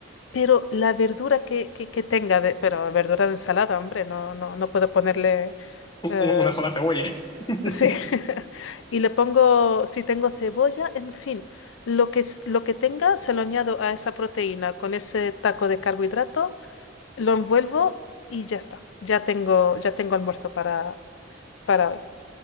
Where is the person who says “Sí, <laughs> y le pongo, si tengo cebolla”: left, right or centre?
Left